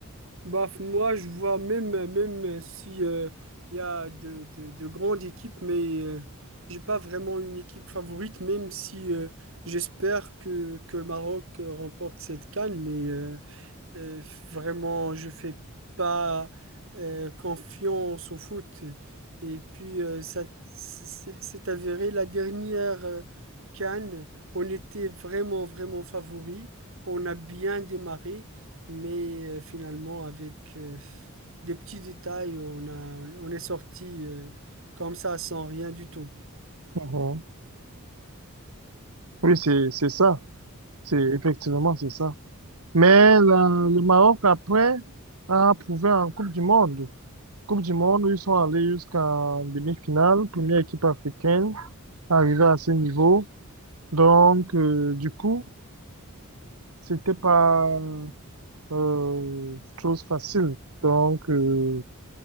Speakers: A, on the right (about 60°); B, on the right (about 80°).
A: Bah, moi, je vois même, même si euh, il y a de, de- de grandes équipes, mais euh, j'ai pas vraiment une équipe favorite, même si euh, j'espère que, que le Maroc euh, remporte cette CAN, mais euh, Euh, vraiment, je fais pas euh, confiance au foot. Et puis, euh, ça c'est c'est avéré la dernière euh, CAN, on était vraiment, vraiment favoris. On a bien démarré, mais euh, finalement, avec euh, des petits détails, on a, on est sorti euh, comme ça, sans rien du tout.
B: Mhm. Oui, c'est c'est ça, c'est effectivement c'est ça. Mais la- le Maroc après a prouvé en Coupe du Monde. Coupe du Monde, ils sont allés jusqu'en demi-finale, première équipe africaine arrivée à ce niveau. Donc euh, du coup, c'était pas euh, chose facile. Donc, euh,